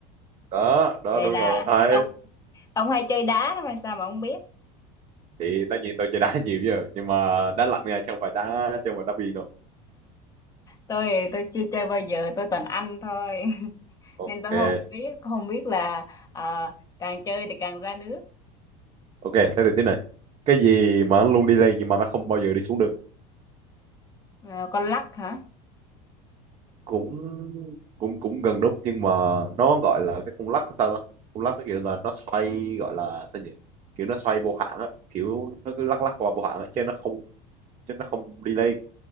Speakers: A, on the right; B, on the left.
A: đó đó
B: vậy
A: đúng
B: là
A: rồi Đấy.
B: ông ông hay chơi đá đó mà sao mà ông biết
A: thì tất nhiên tôi chơi đá <laughs> nhiều chứ nhưng mà đá lạnh nha chứ không phải đá chứ không phải đá viên đâu
B: tôi tôi chưa chơi bao giờ tôi toàn ăn thôi <laughs>
A: ok
B: nên tôi không biết không biết là ờ, càng chơi thì càng ra nước
A: ok thế thì tiếp này cái gì mà nó luôn đi lên nhưng mà nó không bao giờ đi xuống được
B: Ờ, con lắc hả
A: cũng cũng cũng gần đúng nhưng mà nó gọi là cái cung lắc sao đó cung lắc nó kiểu là nó xoay gọi là sao nhỉ kiểu nó xoay vô hạn á kiểu nó cứ lắc lắc qua vô hạn á chứ nó không chứ nó không đi lên